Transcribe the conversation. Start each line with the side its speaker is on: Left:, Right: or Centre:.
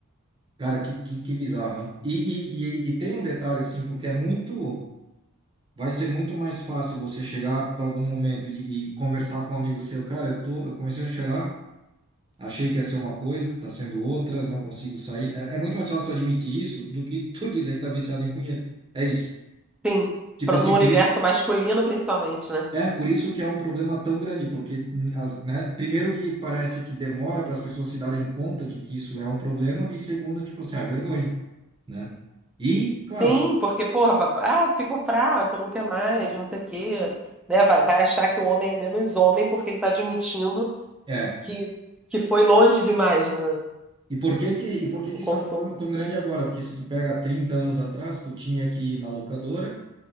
Right: Cara, que, que, que bizarro, hein? E, e, e, e tem um detalhe, assim, porque é muito. Vai ser muito mais fácil você chegar para algum momento e, e conversar com um amigo seu. Cara, eu tô, eu comecei a cheirar, achei que ia ser uma coisa, tá sendo outra, não consigo sair. É, é muito mais fácil tu admitir isso do que tu <laughs> dizer que tá viciado em punheta. É isso.
Centre: Sim,
Right: Tipo
Centre: pro-
Right: assim,
Centre: no universo
Right: por isso.
Centre: masculino principalmente, né?
Right: É, por isso que é um problema tão grande, porque, hum, as, né, primeiro que parece que demora para as pessoas se darem conta de que isso é um problema, e segundo, tipo assim, a vergonha, né? E, claro,
Centre: Sim, porque, porra, va- ah, ficou fraco, não quer mais, não sei o quê, né? Vai, vai achar que o homem é menos homem porque ele tá admitindo
Right: É.
Centre: que, que foi longe demais, né?
Right: E por que que, e por que que
Centre: O consumo.
Right: isso é um problema tão grande agora? Porque se tu pega 30 anos atrás, tu tinha que ir na locadora,